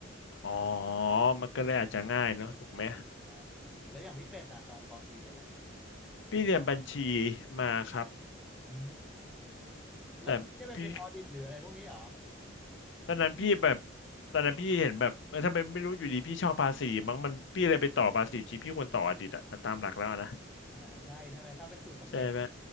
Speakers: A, on the left; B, in the centre.
A: อ๋อมันก็เลยอาจจะง่ายเนอะถูกไหม
B: ใช่ใช่ใช่แล้วอย่างพี่เป็ดอะตอนปอตรีเรียนอะไรมา
A: พี่เรียนบัญชีมาครับ
B: อ๋อเราไม่ได้ไปเป็นออดิตหรืออะไรพวกนี้เหรอ
A: แต่พี่ตอนนั้นพี่แบบตอนนั้นพี่เห็นแบบเออทำไมไม่รู้อยู่ดีพี่ชอบภาษีมั้งมันพี่เลยไปต่อภาษีจริงพี่ควรต่ออดีตอะตามหลักแล้วนะ
B: อ่าใช่ใช่ไหมถ้าเป็นสูตรสำเร็จ
A: ใช่ไหม